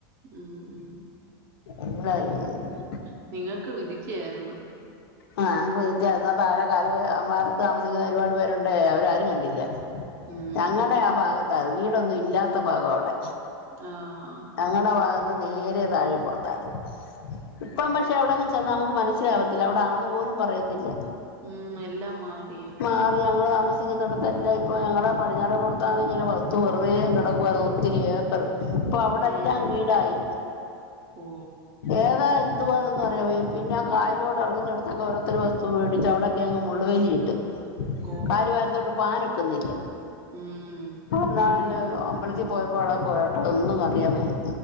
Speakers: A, on the right; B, on the left.
A: ഉം ഉം
B: എല്ലാരും അങ്ങ്
A: ഉം
B: തിന്നു.
A: നിങ്ങക്ക് വിധിച്ചയാര്ന്നത്.
B: ആഹ് ഞക്ക് വേദിച്ച എന്നാ തഴെ കാല് അമാരത്ത് താമസിക്കുന്ന ഒരുപാട് പേരുണ്ടേ അവരാരും കണ്ടില്ല്യ
A: ഉം
B: ഞങ്ങടെ ആ ഭാഗത്താത് വീടൊന്നും ഇല്ലാത്ത ഭാഗാവിടെ
A: ആഹ്
B: ഞങ്ങടെ ഭാഗത്ത് നേരെ താഴെ പുറത്താതി ഇപ്പം പക്ഷെ പക്ഷേ അവിടെങ്ങും ചെന്നാ നമുക്ക് മനസ്സിലാവത്തില്ല. അവിടാന്ന് പോലും പറയത്തില്ല.
A: ഉം എല്ലാം മാറിയോ
B: മാറി ഞങ്ങള് താമസി സിക്കുന്നടത്തെല്ലാം ഇപ്പൊ ഞങ്ങടെ പടിഞ്ഞാറെ പൊറത്താണ് ഇങ്ങനെ വസ്തു വെറുതെയങ്ങ് കിടക്കുവായിരുന്നു ഒത്തിരി ഏക്കർ.
A: ഉം
B: ഇപ്പൊ അവിടെല്ലാം
A: ഉം
B: വീടായി
A: ഓ
B: ഏതാ എന്തുവാന്നൊന്നും അറിയാൻ വയ്യ പിന്നെ കായലോട്ടെറങ്ങുന്നെടുത്തൊക്കെ ഓരോത്തരു വസ്തു വേടിച്ചവ്ടെ ക്കെ അങ്ങ് മുള്ളു വേലിയിട്ട്
A: ഓ
B: കാലിവാരിത്തോട്ട്
A: ഓ
B: പോകാനൊക്കുന്നില്ല
A: ഉം
B: ഇന്നാളൊ അമ്പലത്തിൽ പോയപ്പോ അവടെ പോയട്ട് ഒന്നും അറിയാൻ വയ്യ